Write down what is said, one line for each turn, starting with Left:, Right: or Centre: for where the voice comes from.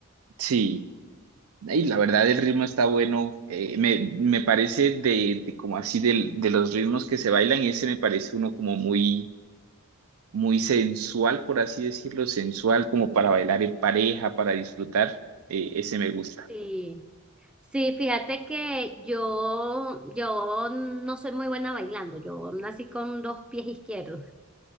Right: Sí, y la verdad el ritmo está bueno. eh, me, me parece de, de como así del- de, los ritmos que se bailan, ese me parece uno como muy muy sensual, por así decirlo, sensual, como para bailar en pareja, para disfrutar, eh, ese me gusta.
Centre: Sí, sí, fíjate que yo, yo no soy muy buena bailando. Yo nací con dos pies izquierdos.